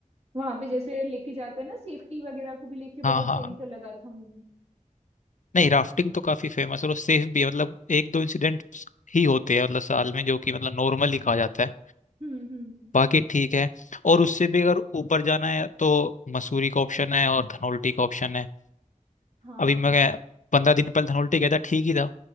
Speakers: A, on the right (about 50°); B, on the left (about 65°).
A: वहां पे जैसे लेके जाते हैं ना सेफ्टी वगैरह को भी लेके
B: हाँ
A: बहुत
B: हाँ
A: सही तो लगा था मुझे
B: नहीं राफ्टिंग तो काफी फेमस है और सेफ भी है मतलब एक दो इंसिडेंट ही होते हैं मतलब साल में जो कि मतलब नॉर्मल ही कहा जाता है
A: हम्म हम्म
B: बाकी ठीक है और उससे भी अगर ऊपर जाना है तो मसूरी का ऑप्शन है और धनौल्टी का ऑप्शन है
A: हाँ
B: अभी मैं पंद्रह दिन पहले धनौल्टी गया था ठीक ही था